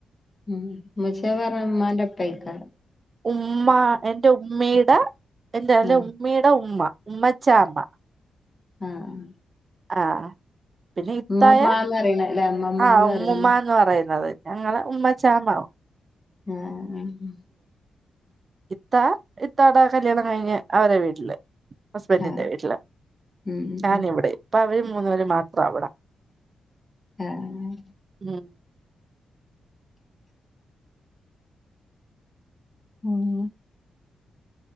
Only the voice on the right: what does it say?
ഉമ്മ എന്റെ ഉമ്മയുടെ എന്റെ
ഉമ്മയുടെ ഉമ്മ ഉമ്മച്ചാമ്മ
ആഹ് പിന്നെ ഇത്തായെ
ആ ഉമ്മുമ്മാന്ന് പറയുന്നത് ഞങ്ങള ഉമ്മച്ചാമ
ഇത്താ ഇത്താടെ കല്യാണം കഴിഞ്ഞ് അവരെ വീട്ടില് ഹസ്ബന്റിന്റെ
വീട്ടില്
ഞാന്
ഇവിടെയും. ഇപ്പ അവര് മൂന്ന് പേരും മാത്രം അവിടെ
ഉം